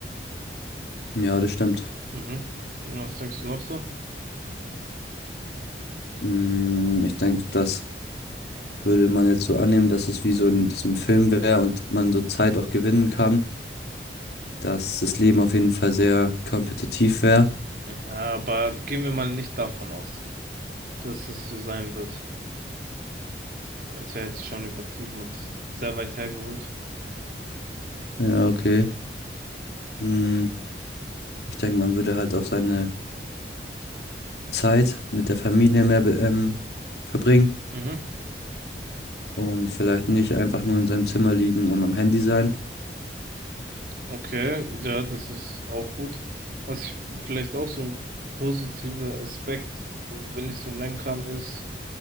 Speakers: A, on the left; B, on the right.
A: ja, das stimmt.
B: Mhm. Und was denkst du noch so?
A: Mm, Ich denke, das würde man jetzt so annehmen, dass es wie so in diesem Film wäre und man so Zeit auch gewinnen kann, dass das Leben auf jeden Fall sehr kompetitiv wäre.
B: Ja, aber gehen wir mal nicht davon aus, dass es so sein wird. Das wäre jetzt schon übertrieben und sehr weit hergeholt.
A: Ja, okay. Mm, Ich denke, man würde halt auch seine Zeit mit der Familie mehr be- ähm, verbringen
B: Mhm.
A: und vielleicht nicht einfach nur in seinem Zimmer liegen und am Handy sein.
B: Okay, ja, das ist auch gut. Was ich, vielleicht auch so ein positiver Aspekt, wenn ich so nennen kann, ist,